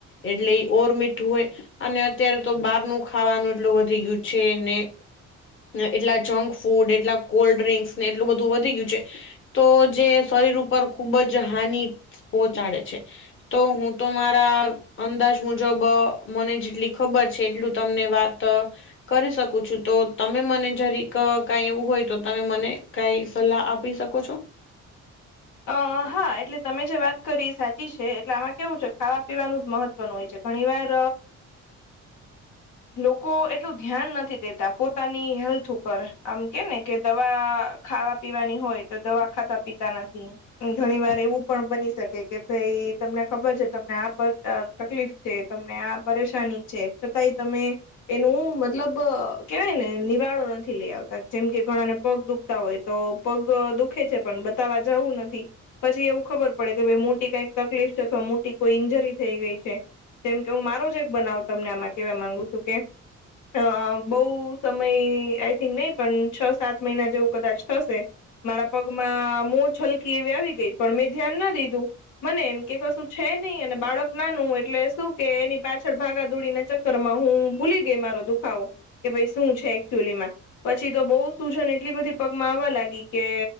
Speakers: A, on the left (about 40°); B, on the left (about 80°).
A: એટલે ઓર મીઠું હોય. અને અત્યારે તો બહારનું ખાવાનું એટલું વધી ગયું છે ને ને એટલા જંક ફૂડ એટલા કોલ્ડ ડ્રિંક્સ ને એટલું બધું વધી ગયુ છે તો જે શરીર ઉપર ખુબ જ હાનિ પહોંચાડે છે તો હું તો મારા અંદાજ મુજબ મને જેટલી ખબર છે એટલું તમને વાત કરી શકું છું તો તમે મને જરીક કઈ એવું હોય તો તમે મને કાઈ સલાહ આપી શકો છો
B: અ હ હા એટલે તમે જે વાત કરી સાચી છે એટલે આમાં કેવું છે ખાવા પીવાનું જ મહત્વનું હોય છે ઘણી વાર લોકો એટલું ધ્યાન નથી દેતા પોતાની હેલ્થ ઉપર, આમ કે ને કે દવા ખાવા પીવાની હોય તો દવા ખાતા પીતા નથી ઘણી વાર એવું પણ બની શકે કે ભાઈ તમને ખબર છે તમને આ તકલીફ છે તમને આ પરેશાની છે છતાંય તમે એનું મતલબ કેહેવાય ને નિવાળો નથી લઈ આવતા, જેમ કે ઘણાને પગ દુખતા હોય તો પગ દુખે છે પણ બતાવવા જવું નથી. પછી એવું ખબર પડે કે ભાઈ મોટી કઈક તકલીફ છે અથવા મોટી કોઈ ઈન્જરી થઈ ગઈ છે જેમ કે હું મારો જ એક બનાવ તમને આમાં કેવા માંગુ છું કે અ બહુ સમય આઈ થિંક નહી પણ છ સાત મહિના જેવું કદાચ થશે મારા પગમાં મોછલકી એવી આવી ગઈ પણ મેં ધ્યાન ના દીધું મને એમ કે કશું છે નહી અને બાળક નાનું એટલે શું કે એની પાછળ ભાગા દોડીને ચ કરમાં હું ભૂલી ગઈ મારો દુખાવો કે ભાઈ શું છે એકચુલીમાં પછી તો બહુ સૂજન એટલી બધી પગમાં આવવા લાગી કે